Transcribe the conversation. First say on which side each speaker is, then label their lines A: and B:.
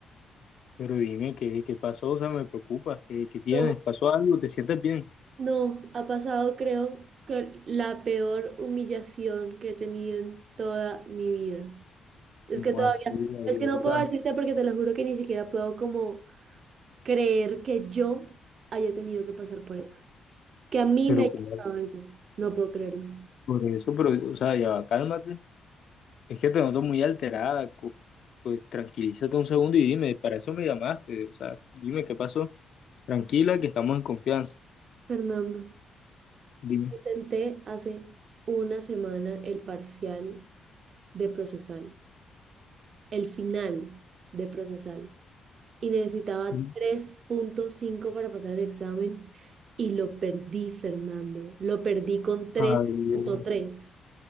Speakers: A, on the left (about 45°); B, on the right (about 40°).
A: pero dime qué, qué pasó, o sea, me preocupa, ¿qué, qué tienes?
B: No,
A: ¿Pasó algo? ¿Te sientes bien?
B: no, ha pasado creo que la peor humillación que he tenido en toda mi vida. Es
A: ¿Cómo
B: que todavía,
A: así, Gabriela?
B: es que no puedo decirte porque te lo juro que ni siquiera puedo como creer que yo haya tenido que pasar por eso. Que a mí
A: Pero
B: me haya
A: ¿cómo?
B: pasado eso. No puedo creerlo.
A: por eso, pero, o sea, ya va, cálmate. Es que te noto muy alterada, co- pues tranquilízate un segundo y dime, para eso me llamaste, o sea, dime qué pasó. Tranquila, que estamos en confianza.
B: Fernando,
A: Dime.
B: presenté hace una semana el parcial de procesal, el final de procesal. Y necesitaba
A: Sí.
B: tres punto cinco para pasar el examen y lo perdí, Fernando. Lo perdí con tres
A: Ay, Dios.
B: punto tres